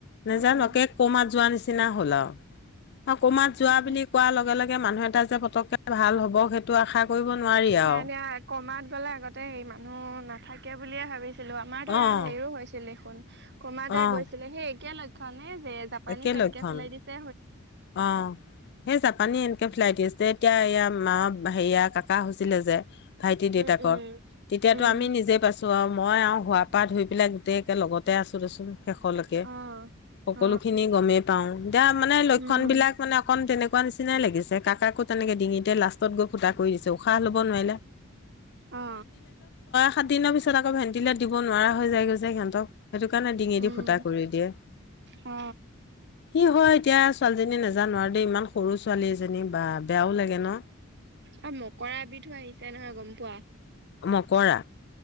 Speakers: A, on the left; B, on the right.
A: নেজানো
B: উম
A: একে কমাত যোৱা নিচিনা হল আৰু কমাত যোৱা
B: উম
A: বুলি কোৱাৰ লগে লগে মানুহ এটা যে পতকে ভাল হ'ব সেইটো আশা
B: নাই
A: আৰু।
B: ন কমাত গলে আগতে হে মানুহ নাথাকে বুলিয়ে ভাবিছিলোঁ আমাৰতো
A: অ',
B: হেৰিও হৈছিলে কমা দোই
A: অ',
B: গৈছিলে সেই একে লক্ষ্ নে যে জাপানী
A: একে
B: চ এনকে
A: লক্ষণ।
B: ফেলাই দিছে
A: অ সেই জাপানী এনেকে ফেলাই দিছে এতিয়া এয়া মা হেয়া কাক থকা হৈছিলে যে ভাইটি দেউতাকৰ
B: উম উম
A: তেতিয়াতো
B: উম
A: আমি নিজে পাইছো আৰু মই আৰু হোৱাৰ পৰা ধুই পেলাই গোটেইকে লগতে আছো দেচোন শেষলৈকে
B: অ
A: সকলোখিনি
B: অ
A: গমেই পাওঁতিয়া মানে
B: উম
A: খন বিলাকানে অকন তেনেকুৱা নিচিনাই লাগিছে কাকো তেনেকে ডিঙিতে লাষ্টত গৈ ফুটা কৰি দিছো াহ ন ভে
B: অ
A: স দিনৰ পিত আকৌ ভে দ ন হৈ যায় গৈছে সিহঁতক সেইটো কাৰণে ডিঙি
B: উম
A: দি ফুটা কৰি দিয়ে
B: অ
A: সি হয় এতিয়া ছোৱালীজনী নাজানো আৰু দেই ইমান সৰু ছোৱালী এজনী। বা বেয়াও লাগে ন
B: অ মকৰা এবিধো আহিছে নহয় গম পোৱা।
A: মকৰা।